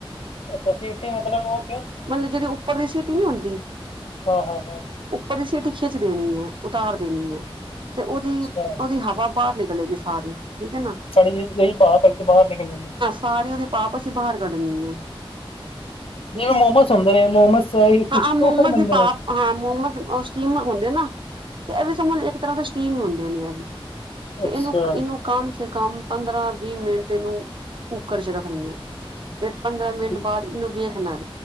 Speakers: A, on the left; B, on the right.
A: ਅੱਛਾ ਸੀਟੀ ਮਤਲਬ ਓ ਕੇ
B: ਮਤਲਬ ਜਿਹੜੀ ਉੱਪਰ ਦੀ ਸੀਟੀ ਨਹੀਂ ਹੁੰਦੀ।
A: ਹਾਂ- ਹਾਂ- ਹਾਂ
B: ਉੱਪਰ ਸਿਟੀ 'ਚ ਦੇਣੀ ਹੈ ਉਤਾਰ ਦੇਣੀ ਹੈ ਤੇ ਉਹਦੀ
A: ਅੱਛਾ
B: ਉਹਦੀ ਹਵਾ ਬਾਹਰ ਨਿਕਲੇਗੀ। ਸਾਰੀ ਠੀਕ ਹੈ ਨਾ
A: ਸਾਡੀ ਜਹੀ ਪਾ ਪੈ ਬਾਹਰ ਨਿਕਲ ਜਾਦੀ
B: ਸਾਰੇ ਉਹਦੀ ਪਾਪ ਅਸੀਂ ਬਾਹਰ ਕੱਢਣੀ ਹੈ ਠੀਕ
A: ਜਿਵੇਂ
B: ਹੈ
A: ਮੋਮੋਸ ਹੁੰਦੇ ਨੇ ਮੋਮਸ
B: ਹਾਂ
A: ਇੱਕੋ
B: ਆਹ ਮੋਮਜ਼
A: ਫਿਰ ਬੰਦੇ
B: ਹੀ ਪਾਫ
A: ਨੇ
B: ਹਾਂ ਮੋਮੋਸ ਸਟੀਮ ਹੁੰਦੇ ਨਾ ਤੇ ਇਹ ਵੀ ਸਮਝ ਇੱਕ ਤਰ੍ਹਾਂ ਦੇ ਸਟੀਮ ਹੁੰਦੇ ਨੇ ਐ। ਤੇ
A: ਅੱਛਾ
B: ਇਹਨੂੰ ਇਹਨੂੰ ਕਮ ਸੇ ਕਮ ਪੰਦਰਾਂ ਵੀਹ ਮਿੰਟ ਇਹਨੂੰ ਕੁੱਕਰ 'ਚ ਰੱਖਣੀ ਹੈ। ਤੇ ਪੰਦਰਾਂ ਮਿੰਟ
A: ਠੀਕ
B: ਬਾਅਦ ਇਹਨੂੰ ਵੇਖਣਾ